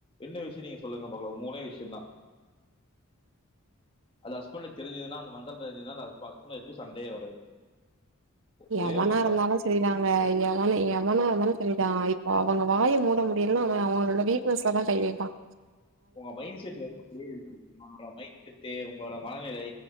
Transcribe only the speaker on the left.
என்ன விஷ்யோ நீங்க சொல்லுங்க பாக்கலா மூணே விஷ்யந்தா அது ஹஸ்பண்டுக்கு தெரிஞ்சுதுனா அந்த மந்தரம் தெரி்ஞ்சுதுனா அந்த ஹஸ்ப ஹஸ்பண்ட்டு ஒய்ஃப்க்கு சண்டயே வராது ஒரே
ஒரு மந்திரந்தா
உங்க மைண்ட் செட்டு வந்து இப்டியே இருக்கு உங்களோட மைண்ட் செட்டு உங்களோட மனநிலை